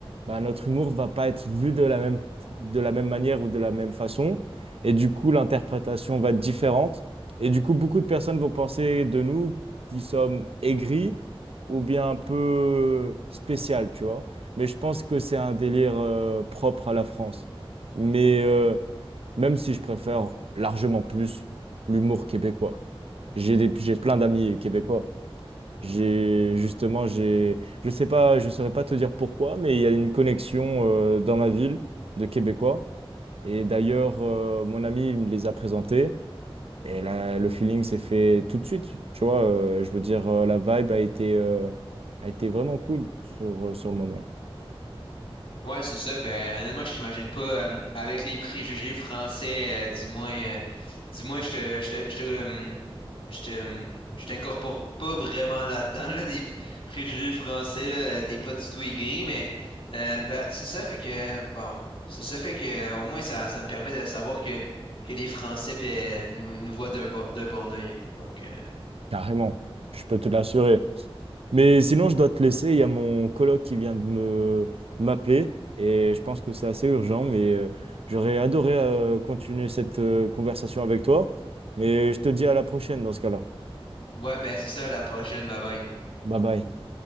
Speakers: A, on the right; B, on the left.
A: bah, notre humour va pas être vu de la même, de la même manière ou de la même façon. Et du coup, l'interprétation va être différente. Et du coup, beaucoup de personnes vont penser de nous qui sommes aigris ou bien un peu spécial, tu vois. Mais je pense que c'est un délire euh, propre à la France. Mais euh, même si je préfère largement plus l'humour québécois. J'ai des, j'ai plein d'amis québécois. J'ai justement, j'ai, je sais pas, je saurais pas te dire pourquoi, mais il y a une connexion euh, dans ma ville de Québécois. Et d'ailleurs, euh, mon ami il me les a présentés. Et là, le feeling s'est fait tout de suite. Tu vois, euh, je veux dire, euh, la vibe a été, euh, a été vraiment cool sur, euh, sur le moment.
B: Ouais, c'est ça. Ben, honnêtement, je t'imagine pas euh, avec les préjugés français, euh, du moins, euh, du moins, je te, je te, je te, euh, je te, hum, je t'incorpore pas vraiment là-dedans, là, des préjugés français, là, t'es pas du tout aigri, mais euh, ben, c'est ça fait que, bon, c'est ça fait que, euh, au moins, ça, ça me permet de savoir que, que les Français euh, nous, nous voient d'un bon, d'un bon œil. Donc, euh,
A: Carrément, je peux te l'assurer. Mais sinon, je dois te laisser. Il y a mon coloc qui vient de me m'appeler et je pense que c'est assez urgent. Mais euh, j'aurais adoré euh, continuer cette euh, conversation avec toi. Mais je te dis à la prochaine dans ce cas-là.
B: ouais, ben, c'est ça, à la prochaine, bye bye.
A: Bye bye.